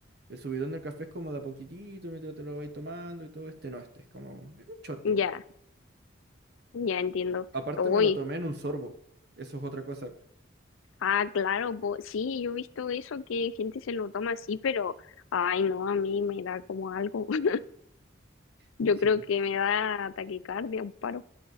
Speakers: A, on the right; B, on the left.
A: el subidón del café es como de a poquitito mientras te lo vais tomando y todo. Este no, este es como es un shot,
B: ya,
A: pues.
B: ya entiendo.
A: Aparte
B: Uy,
A: me lo tomé en un sorbo. Eso es otra cosa.
B: Ah, claro, po- sí, yo he visto eso que gente se lo toma así, pero ay, no, a mí me da como algo. <laughs> Yo
A: mm, Sí.
B: creo que me da taquicardia, un paro.